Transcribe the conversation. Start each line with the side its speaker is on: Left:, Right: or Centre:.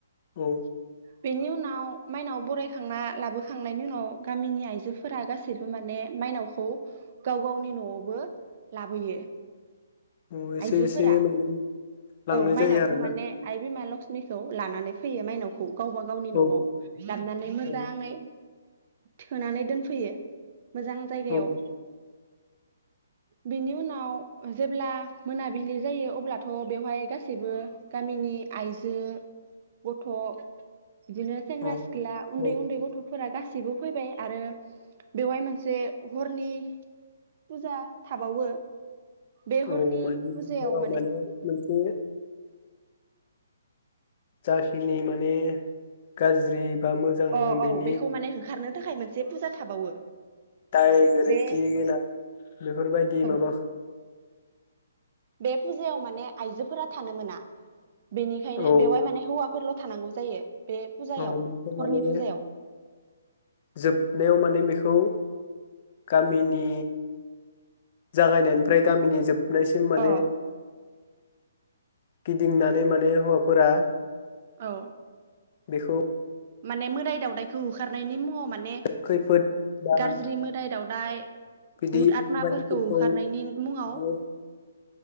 Left: औ।
Right: बेनि उनाव माइनाव बरायखांना लाबोखांनायनि उनाव गामिनि आइजोफोरा गासैबो माने माइनावखौ गाव गावनि न'आवबो लाबोयो।
Left: औ एसे
Right: आइजोफोरा
Left: एसे लां लांनाय लांनाय
Right: औ माइनावखौ
Left: जायो आरोना।
Right: माने आइ बिमा लक्ष्मिखौ लानानै फैयो माइनावखौ। गावबा गावनि
Left: औ
Right: न'आव लाबनानै मोजाङै
Left: औ
Right: थोनानै दोनफैयो। मोजां जायगायाव
Left: औ
Right: बिनि उनाव जेब्ला मोनाबिलि जायो अब्लाथ' बेवहाय गासैबो गामिनि नि आइजो गथ' बिदिनो सेंग्रा
Left: औ
Right: सिख्ला उन्दै
Left: औ
Right: उन्दै गथ' फोरा गासिबो फैबाय आरो बेवहाय मोनसे हरनि फुजा थाबावो। बे हरनि
Left: औ माने
Right: फुजायाव
Left: हराव माने मोन से जाखिनि माने गाज्रि बा मोजां
Right: अ औ
Left: बेनि
Right: बेखौ माने होखारनो थाखाय मोनसे फुजा थाबावो
Left: दाय गोरोन्थि
Right: बे
Left: गोनां बेफोरबायदि
Right: औ
Left: माबा
Right: बे फुजायाव माने आइजोफोरा थानो मोना। बेनिखायनो
Left: औ
Right: बेवहाय माने हौवाफोरल' थानांगौ जायो। बे फुजायाव
Left: औ बेखौ माने
Right: हरनि फुजायाव
Left: जोबनायाव माने बेखौ गामिनि जागायनायनिफ्राय गामिनि जोब नायसिम माने
Right: अ
Left: गिदिंनानै माने हौवाफोरा
Right: औ
Left: बेखौ
Right: माने मोदाय दावदायखौ होखारनायनि मुङाव माने
Left: खैफोद बा
Right: गारज्रि मोदाय दावदाय
Left: बिदि
Right: भुत आत्माफोरखौ
Left: बायदिफोरखौ
Right: होखारनायनि मुङाव
Left: माने